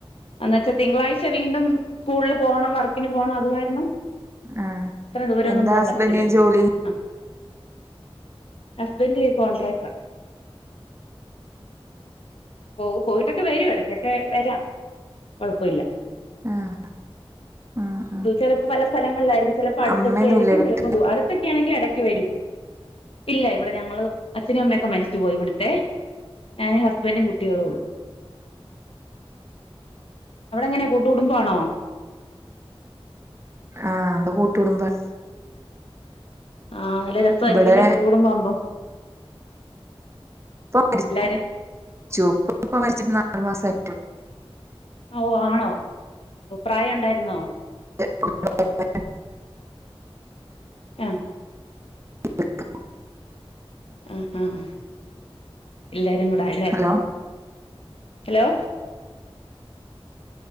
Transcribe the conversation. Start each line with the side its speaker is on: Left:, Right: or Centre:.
Left: എന്ന വച്ചാ തിങ്കളാഴ്ച വീണ്ടും സ്കൂളില് പോണം വർക്കിന് പോണം അത് കാരണം
Right: ആഹ്
Left: ഇത്ര ദൂരൊന്നും
Right: എന്താ
Left: പോവാൻ
Right: ഹസ്ബന്റിന്
Left: പറ്റത്തില്ലല്ലോ
Right: ജോലി
Left: ആഹ് ഹസ്ബെന്റ് കോൺട്രാക്ടാ പോകും പോയിട്ടൊക്കെ വരും ഇടക്കൊക്കെ വരാം കൊഴപ്പില്ല
Right: ആഹ് ആഹ് ആഹ്
Left: ദൂച്ചടപ്പ പല സ്ഥലങ്ങളിലായിരിക്കും ചിലപ്പോ അടുത്തൊക്കെ
Right: അമ്മയൊന്നുല്ലേ
Left: ആയിരിക്കും
Right: വീട്ടില്
Left: ചിലപ്പോ അടുത്തൊക്കെ ആണെങ്കിൽ എടയ്ക്ക് വരും ഇല്ല ഇവിടെ ഞങ്ങള് അച്ഛനും അമ്മയൊക്കെ മരിച്ചു പോയി ഇവിടുത്തെ ഞാൻ ഹസ്ബൻറും കുട്ടികളും കുട്ടികളുള്ളൂ അവിടെ എങ്ങനെയാ കൂട്ടുകടുംബണോ
Right: ആഹ് കൂട്ടുകുടുംബണ്
Left: ആഹ് നല്ല രസമായിരിക്കല്ലേ
Right: ഇവിടെ
Left: കൂട്ട് കുടുംബമാകുമ്പോ
Right: ഉപ്പ മരിച്ചു
Left: എല്ലാരും
Right: ഉപ്പ മരിച്ചിട്ട് നാലു മാസായി
Left: ഓഹ് ആണോ പ്രായം ഉണ്ടായിരുന്നോ
Right: <unintelligible>
Left: ആഹ്
Right: <unintelligible>
Left: ആഹ് ആഹ് ആഹ് എല്ലാരും കൂടാ അല്ലേ
Right: ഹലോ
Left: ഹലോ